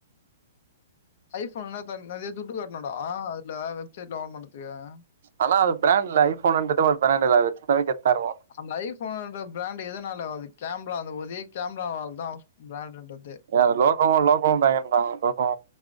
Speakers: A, on the left; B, on the right.
A: ஐ ஃபோன்னா த நெறயா துட்டு கட்டனுடா அதுல வெப் சைட்ல <unintelligible>
B: ஆனா அது பிராண்ட்ல்ல ஐ ஃபோன்றது ஒரு பிராண்ட்தா வெச்சிந்தாலே கெத்தா இருக்கு
A: அந்த ஐ ஃபோனுன்ற பிராண்ட் எதனால அது கேமரா அந்த ஒரே கேமராவளாதா பிராண்ட்டுன்றதே
B: ஏ அது லோகோமோ லோகோம்ன்றாங்க <unintelligible> லோகோமோ